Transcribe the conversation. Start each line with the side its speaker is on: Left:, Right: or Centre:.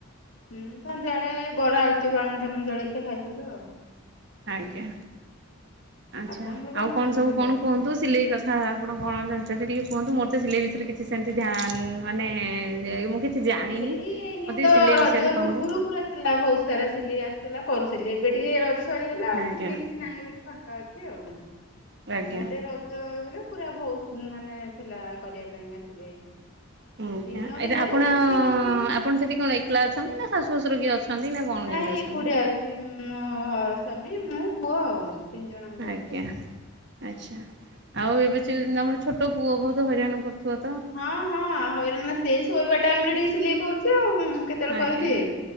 Left: ହୁଁ, ସନ୍ଧ୍ୟାବେଳେ ଏ ବରା ଆଳୁଚପ୍ ଆଣି ତୋମେ ଜଳିଖିଆ ଖାଇଥିଲୁ ଆଉ।
Right: ଆଜ୍ଞା, ଆଚ୍ଛା
Left: ଆପଣଙ୍କର
Right: ଆଉ କଣ
Left: ଖାଉଛନ୍ତି
Right: ସବୁ
Left: ସନ୍ଧ୍ୟାବେଳେ?
Right: କଣ କୁହନ୍ତୁ ସିଲେଇ କ ହଁ ଆପଣ କଣ ଜାଣିଚନ୍ତି ଟିକେ କୁହନ୍ତୁ? ମୋର ତ ସିଲେଇ ବିଷୟରେ କିଛି ସେମିତି ଧ୍ୟାନ ମାନେ ଯେଉ ମୁଁ କିଛି ଜାଣିନି।
Left: ସିଲେଇ ଏଇନା
Right: ମୋତେ
Left: ତ
Right: ସିଲେଇ
Left: ରଜ
Right: ବିଷୟରେ କୁହନ୍ତୁ
Left: ପୁର୍ବରୁ ପୁରା ଥିଲା ଭଉ ସାରା ସିଲେଇ ଆସୁଥିଲା କରୁଥିଲି, ଏବେ ଟିକେ ରଜ ସରିଗଲା ଆଉ
Right: ଆଜ୍ଞା
Left: ସିଲେଇ କିଛି ନାହିଁ, ଏବେ ଟିକେ ଫାଙ୍କା ଅ ଛି ଆଉ,
Right: ଆଜ୍ଞା।
Left: ନହେଲେ ରଜ ଆଗରୁ ପୁରା ବହୁତ ମାନେ ଥିଲା କରିବା ପାଇଁକା ସିଲେଇ।
Right: ଆଜ୍ଞା
Left: ଦିନ
Right: ଏଇଟା
Left: ଭିତରେ
Right: ଆପଣ
Left: ଯଦି କିଛି
Right: ଆପଣ ସେଠି କଣ ଏକଲା ଅଛନ୍ତି ନା ଶାଶୁ ଶ୍ୱଶୁର କିଏ ଅଛନ୍ତି ନା କଣ
Left: ନାଇଁ
Right: କେମିତି ଅଛନ୍ତି
Left: ଏପଟେ ଅ ଛି ମୋ ହ- ସ୍ବାମୀ ମୁଁ ପୁଅ ଆଉ। ତିନି ଜଣ ଆମେ ରହୁଛୁ
Right: ଆଜ୍ଞା।
Left: ଆଉ।
Right: ଆଚ୍ଛା, ଆଉ ଏବେ ସେ ତୋମର ଛୋଟ ପୁଅ ବହୁତ ହଇରାଣ କରୁଥୁବ ତ?
Left: ହଁ, ହଁ ହଇରାଣ ସେ ଶୋଇବା ଟାଇମ୍ ରେ ଟିକେ ସିଲେଇ କରୁଛି, ଆଉ କଣ କେ ତେବେଳେ କରିଦିଏ
Right: ଆଜ୍ଞା।